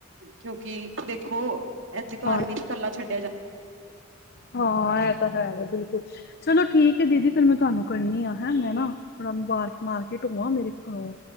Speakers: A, on the right; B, on the left.
A: ਕਿਉਂਕਿ ਦੇਖੋ ਇੱਥੇ ਘਰ
B: ਹਾਂ
A: ਵੀ ਨੀ ਇਕੱਲਾ ਛੱਡਿਆ ਜਾਦਾ।
B: ਹਾਂ, ਇਹ ਤਾਂ ਹੈ, ਬਿਲਕੁਲ ਚਲੋ ਠੀਕ ਹੈ ।ਦੀਦੀ ਫੇਰ ਮੈਂ ਤੁਹਾਨੂੰ ਕਰਨੀ ਆ ਹੈ ਮੈਂ ਨਾ ਥੋੜਾ। ਪਾਰਕ ਮਾਰਕਿਟ ਹੋ ਆ ਮੇਰੇ ਕੋਲ।